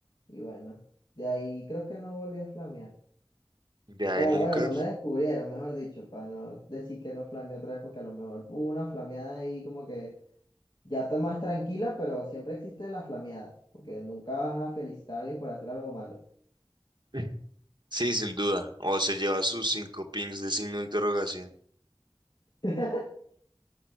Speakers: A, on the left (about 55°); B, on the right (about 55°).
A: y bueno, de ahí creo que no volví a flamear.
B: De ahí
A: O
B: nunca.
A: bueno, no me descubrieron, mejor dicho, para no decir que no flameé otra vez, porque a lo mejor hubo una flameada ahí como que ya está más tranquila, pero siempre existe la flameada, porque nunca vas a felicitar a alguien por hacer algo malo.
B: <laughs> Sí, sin duda. O se lleva sus cinco pings de signo de interrogación.
A: <laughs>